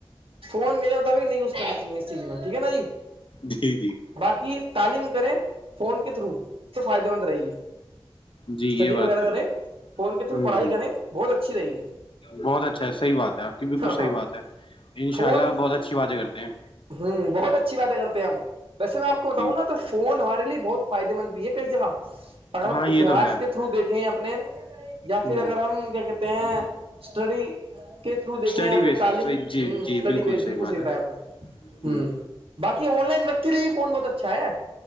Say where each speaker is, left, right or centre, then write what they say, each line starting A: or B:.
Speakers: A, on the right; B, on the left.
A: فون میرے مطابق نہیں یوز کرنا چاہیے اس چیز میں ٹھیک ہے نا جی
B: جی جی
A: باقی تعلیم کریں فون کے تھرو تو فائدے مند رہے گی
B: جی
A: اسٹڈی
B: یہ بات
A: وغیرہ
B: ہے
A: کریں فون کے تھرو
B: ہوں
A: پڑھائی
B: ہوں
A: کریں بہت اچھی رہے گی
B: بہت اچھا ہے صحیح بات ہے آپ کی بالکل صحیح
A: ہاں
B: بات ہے ان
A: فون
B: شاء اللہ بہت اچھی باتیں کرتے ہیں
A: ہوں بہت اچھی بات کرتے ہیں ہم ویسے میں آپ کو بتاؤں
B: جی
A: نا تو فون ہمارے لیے بہت فائدے مند بھی ہے کئی جگہ اگر ہم
B: ہاں یہ
A: اتہاس
B: تو ہے
A: کے تھرو دیکھیں اپنے یا
B: ہوں
A: پھر اگر ہم کیا کہتے ہیں اسٹڈی کے تھرو دیکیں
B: اسٹڈی
A: یا پھر
B: بیسس
A: تعلیم
B: جی
A: اسٹڈی
B: جی
A: بیس بالکل
B: بات
A: صحیح
B: ہے
A: بتیا آپ نے
B: ہ
A: باقی آن لائن ورک کے لئے فون بہت اچھا ہے